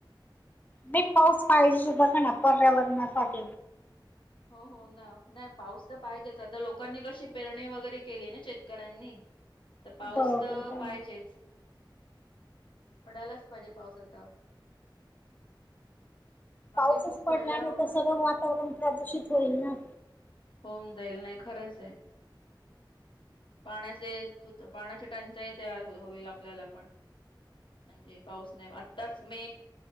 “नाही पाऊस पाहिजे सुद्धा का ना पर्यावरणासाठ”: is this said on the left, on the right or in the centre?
Left